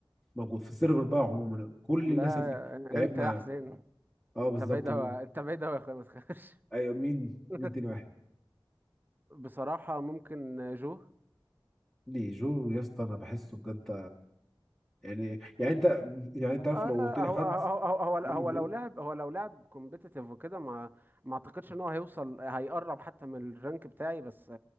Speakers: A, in the centre; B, on the right.
A: موجود في السيرفر بقى عموما كل
B: لا
A: الناس اللي لعبنا
B: أنت يا حسين
A: اه بالظبط
B: أنت بعيد أوي
A: مين
B: أنت بعيد أوي يا أخويا ما تخافش
A: ايوه مين
B: <laughs>
A: مين تاني واحد
B: بصراحة ممكن جو
A: ليه جو يا اسطى انا بحسه بجد يعني يعني انت يعني انت عارف
B: آه
A: لو قلت لي
B: هو
A: حد
B: هو هو هو
A: يعني
B: هو لو
A: غيره
B: لعب هو لو لعب كومبيتيتيف وكده ما ما اعتقدش ان هو هيوصل هيقرب حتى من الرانك بتاعي بس